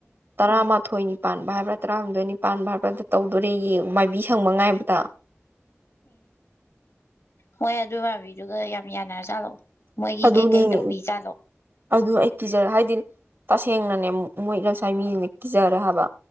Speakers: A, on the right (about 50°); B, on the left (about 65°).
A: ꯇꯥ ꯃꯥꯊꯣꯏꯅꯤ ꯄꯥꯟꯕ ꯍꯥꯏꯕ꯭ꯔꯥ ꯇꯔꯥꯍꯨꯝꯗꯣꯏꯅꯤ ꯄꯥꯟꯕ ꯍꯥꯏꯕ꯭ꯔꯥ ꯇꯧꯗꯣꯔꯦꯥꯏꯕꯤ ꯊꯪꯕ ꯉꯥꯏꯕꯗ
B: ꯃꯣꯏ ꯑꯗꯨ ꯃꯥꯥꯕꯤꯗꯨꯒ ꯌꯥꯝ ꯌꯥꯅꯔꯖꯥꯠꯂꯛꯑꯣ ꯃꯣꯏꯒꯤ
A: ꯑꯗꯨꯅꯦ
B: ꯀꯩꯀꯩ ꯇꯧꯕꯤ ꯖꯥꯠꯂꯣ
A: ꯑꯗꯨ ꯑꯩ ꯀꯤꯖꯔꯦ ꯍꯥꯏꯗꯤ ꯇꯁꯦꯡꯅꯅꯦ ꯃꯣꯏ ꯂꯝꯁꯥꯏ ꯃꯤꯅ ꯀꯤꯖꯔꯦ ꯍꯥꯏꯕ